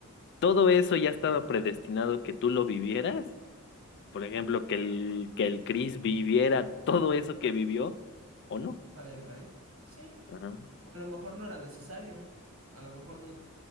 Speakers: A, on the left; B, on the right.
A: Todo eso ya estaba predestinado que tú lo vivieras. Por ejemplo, que el, que el Chris viviera todo eso que vivió, ¿o no?
B: para llegar ahí. Sí.
A: Ajá.
B: A lo mejor no era necesario. A lo mejor no